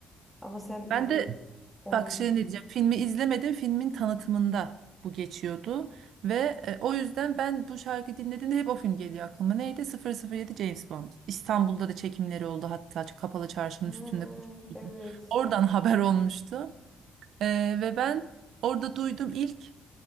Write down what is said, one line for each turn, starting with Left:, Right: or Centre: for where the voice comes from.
Centre: Ama sen
Right: Ben
Centre: tabii
Right: de
Centre: oyun...
Right: bak şey ne diyeceğim. Filmi izlemedim. Filmin tanıtımında bu geçiyordu. Ve e, o yüzden ben bu şarkıyı dinlediğimde hep o film geliyor aklıma. Neydi? sıfır sıfır yedi James Bond. İstanbul'da da çekimleri oldu. Hatta kapalı çarşının
Centre: Ha,
Right: üstünde koşuyordu.
Centre: evet.
Right: Oradan <laughs> haber olmuştu. E, ve ben orada duydum ilk